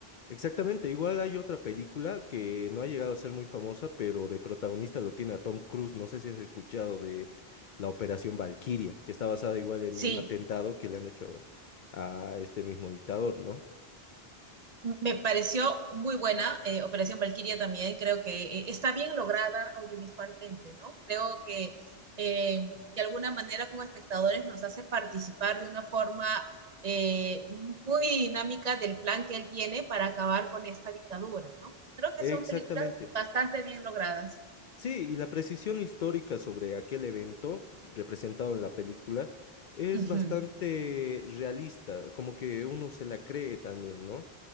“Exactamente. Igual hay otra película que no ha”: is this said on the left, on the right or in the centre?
Left